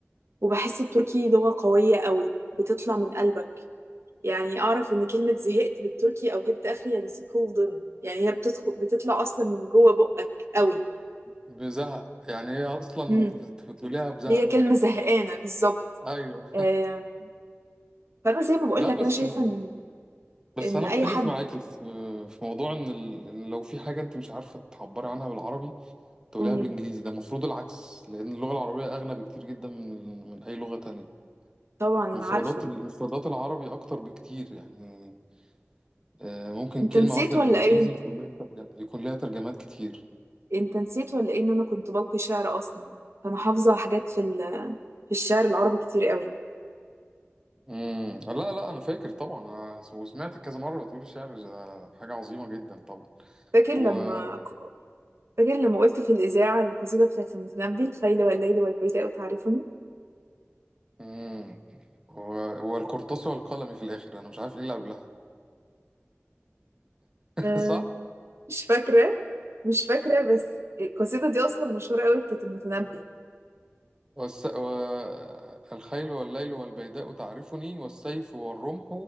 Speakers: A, on the right; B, on the right.
A: وبحس التركي لغة قوية قوي بتطلع من قلبك يعني اعرف ان كلمة زهقت بالتركي او جبت اخري يعني سيكولدن يعني هي بتدخل بتطلع اصلا من جوه بقك قوي
B: بزهق يعني هي أصلا
A: مم.
B: بت- بتقوليها بزهق
A: هي كلمة زهقانة بالظبط
B: أيوه
A: آه، فانا زي ما بقول
B: لا
A: لك
B: بس
A: انا شايفة ان
B: بس
A: ان
B: أنا
A: اي
B: أختلف
A: حد
B: معاكي في في موضوع إن ال... إن لو في حاجة أنت مش عارفة تعبري عنها بالعربي تقوليها
A: مم،
B: بالإنجليزي ده المفروض العكس لأن اللغة العربية أغنى بكتير جدا من من أي لغة تانية
A: طبعا انا
B: مفردات
A: عارفة
B: مفردات العربي اكتر بكتير يعني آه، ممكن
A: انت
B: كلمة
A: نسيت
B: واحدة
A: ولا
B: بالإنجليزي
A: ايه
B: يكون لها ترجمة يكون لها ترجمات كتير
A: انت نسيت ولا ايه ان انا كنت بلقي شعر اصلا فانا حافظه حاجات في ال- في الشعر العربي كتير قوي
B: امم لا لا أنا فاكر طبعا آه، وسمعت كذا مرة بتقولي شعر ده حاجة عظيمة جدا طبعا
A: فاكر لما
B: و
A: فاكر لما قلت في الاذاعه القصيده بتاعت المتنبي الخيل والليل والبيداء تعرفني
B: امم و... والقرطاس والقلم في الآخر أنا مش عارف إيه اللي قبلها
A: أه
B: <laughs> صح؟
A: مش فاكره مش فاكره بس القصيده دي اصلا مشهوره قوي بتاعت المتنبي
B: والس... و... الخيل والليل والبيداء تعرفني والسيف والرمح